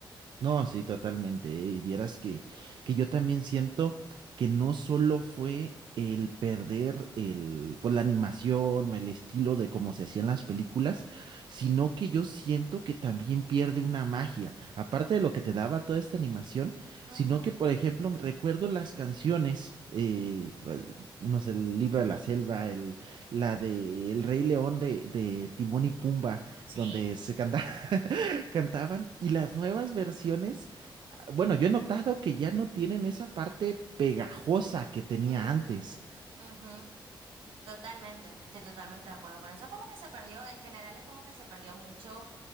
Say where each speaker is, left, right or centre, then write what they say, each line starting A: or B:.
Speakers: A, on the right (about 60°); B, on the right (about 85°).
A: No, sí, totalmente. eh, Y vieras que, que yo también siento que no solo fue el perder el, pues, la animación o el estilo de cómo se hacían las películas, sino que yo siento que también pierde una magia, aparte de lo que te daba toda esta animación, sino
B: Ujú,
A: que, por ejemplo, recuerdo las canciones, eh, fa- no sé, el libro de la selva, el, la de El Rey León de, de Timón y Pumba,
B: Sí.
A: donde se canta- <laughs> cantaban, y las nuevas versiones bueno, yo he notado que ya no tienen esa parte pegajosa que tenía
B: ujú,
A: antes.
B: ujú. Totalmente, estoy totalmente de acuerdo con eso. Es como que se perdió, en general es como que se perdió mucho